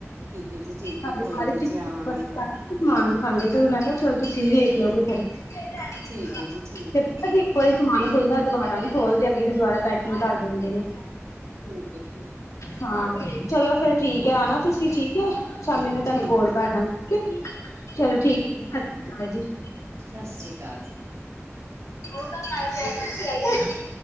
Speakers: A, on the right; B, on the left.
A: ਹੈ ਜੀ ਠੀਕ
B: ਸਾਡੇ
A: ਹੈ ਕੋਈ
B: ਸਾਰੇ
A: ਨੀ ਜੀ ਆਵਾਂਗੀ ਮੈਂ
B: ਸਮਾਨ ਖਾਂਦੇ, ਮੈਂ ਕਿਹਾ, ਚਲ ਤੁਸੀਂ ਵੀ ਵੇਖਲੋਗੇ ਫਿਰ, ਫਿਰ
A: ਠੀਕ ਹੈ ਜੀ ਠੀਕ
B: ਪਤਾ
A: ਹੈ
B: ਕੀ ਕੋ ਵਾਰੀ ਸਮਾਨ ਖੁੱਲਦਾ, ਦੁਬਾਰਾ ਨੀ ਖੋਲਦੇ ਹੈਗੇ, ਫਿਰ ਦੁਬਾਰਾ ਪੈਕੀੰਗ ਕਰ ਦਿੰਦੇ ਨੇ।
A: ਠੀਕ ਏ, ਜੀ।
B: ਹਾਂ। ਚਲੋ ਫਿਰ ਠੀਕ ਐ, ਆਨਾ ਤੁਸੀਂ ਠੀਕ ਏ, ਸ਼ਾਮੀ ਮੈਂ ਤੁਹਾਨੂੰ
A: ਠੀਕ
B: ਕੋਲ
A: ਹੈ
B: ਕਰਦਾਂਗੀ ਠੀਕੇ। ਚਲੋ ਠੀਕ ਏ, ਸਤ ਸ੍ਰੀ ਅਕਾਲ ਜੀ।
A: ਸਤਿ ਸ੍ਰੀ ਅਕਾਲ।
B: ਹੋਣ ਤਾਂ ਸਾਰਿਆਂ ਦੀ, ਐਸ ਐਸ ਪੀ ਆਈ ਏ।